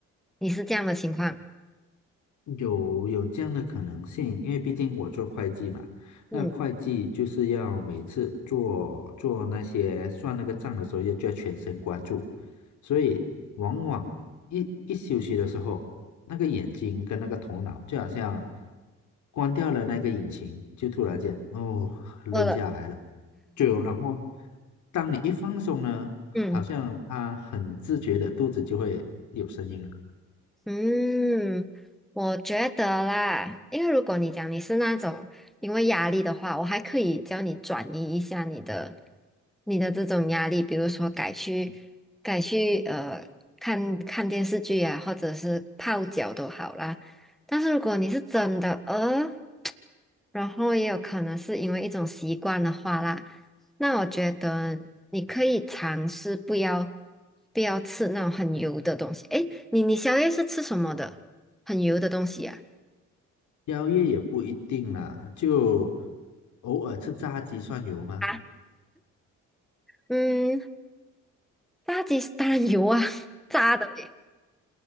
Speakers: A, in the centre; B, on the left.
A: 你是这样的情况？
B: 有有这样的可能性，因为毕竟我做会计嘛，
A: 嗯，
B: 那会计就是要每次做做那些算那个账的时候，要就要全神贯注，所以往往一一休息的时候，那个眼睛跟那个头脑就好像关掉了那个引擎，就突然间哦累下来了，
A: 饿了，
B: 就然后当你一放松呢，好像他很自觉的肚子就会有声音了。
A: 嗯。嗯，我觉得啦，因为如果你讲你是那种因为压力的话，我还可以教你转移一下你的你的这种压力，比如说改去改去呃看看电视剧啊，或者是泡脚都好啦。但是如果你是真的呃然后也有可能是因为一种习惯的话啦，那我觉得你可以尝试不要不要吃那种很油的东西。诶，你你宵夜是吃什么的？很油的东西呀、
B: 宵夜也不一定啦，就偶尔吃炸鸡算有吗？
A: 啊，啊嗯，炸鸡是当然油啊，<laughs> 炸的诶。